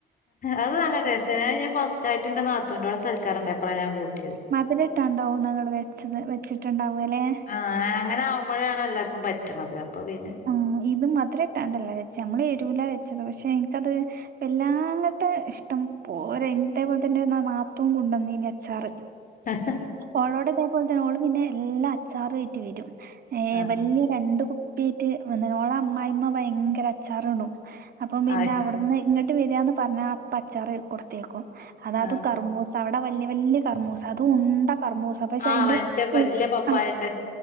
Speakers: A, on the left; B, on the right.
A: അത് നല്ല ടേസ്റ്റാ ഞാൻ ഫസ്റ്റായിട്ട് ന്റെ നാത്തൂന്റോടെ സൽക്കാരണ്ടായപ്പഴാ ഞാൻ കൂട്ടിയത്.
B: മധുരട്ടാണ്ടാവും ന്നാ ങ്ങള് വെച്ചത് വെച്ചിട്ട്ണ്ടാവ ല്ലെ.
A: ആഹ് അങ്ങനെ ആവുമ്പോഴാണ് എല്ലാർക്കും പറ്റ്ണത് അപ്പൊ പിന്നെ
B: ഉം, ഇത് മധുരട്ടാണ്ടല്ല വെച്ച നമ്മള് എരൂലാ വെച്ചത് പഷേ ഇൻക്കത് എല്ലാങ്ങത്തെ ഇഷ്ടം പോര ഇതേ പോൽത്തന്റെ നാത്തൂൻ കുണ്ടന്നീനു അച്ചാറ്.
A: ഹ
B: ഓളോട് ഇതേപോലെ തന്നെ ഓള് പിന്നെ എല്ലാം അച്ചാറുയ്ട്ട് വരും. ഏ
A: ആഹ്
B: വല്ല്യ രണ്ട് കു പ്യാട്ട് വന്ന് ഓള അമ്മായിമ്മ ഭയങ്കര അച്ചാറ്ടും അപ്പം പിന്നെ
A: ആഹ്
B: അവ്ടുന്ന് ഇങ്ങ ട്ട് വരാന്ന് പർഞ്ഞ അപ്പ അച്ചാറ് കൊടുത്തേക്കും. അതാത്
A: ആഹ്
B: കർമൂ സ അവിടെ വല്യ വല്യ കർമ്മൂസ അതും ഉണ്ട കർമൂസ പഷേ
A: ആഹ്
B: അയ് ന്റെ
A: മറ്റേ വല്യ
B: ഉ
A: പപ്പായന്റെ
B: അഹ്